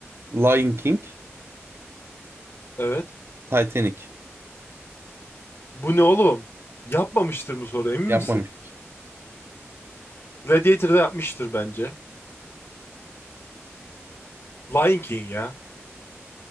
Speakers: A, on the right; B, on the left.
A: Lion King,
B: Evet.
A: Titanic. Hmm.
B: Bu ne oğlum? Yapmamıştır mı soru emin
A: Yapmamıştır.
B: misin? Gladiator'da yapmıştır bence. Lion King ya.